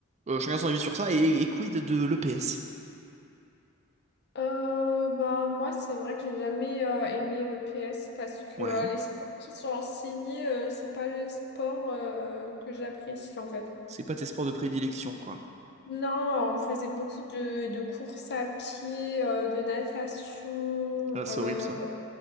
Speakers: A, on the right; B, on the left.
A: Euh, chacun son avis sur ça. Et, et quid de l'EPS?
B: Euh, ben, moi, c'est vrai que j'ai jamais euh, aimé le PS parce que
A: Ouais,
B: euh, les sports qui sont enseignés, euh, c'est pas les sports euh, que j'apprécie en fait.
A: c'est pas tes sports de prédilection, quoi.
B: Non, on faisait beaucoup de, de courses à pied, euh, de natation.
A: Ah, c'est
B: euh.
A: horrible ça.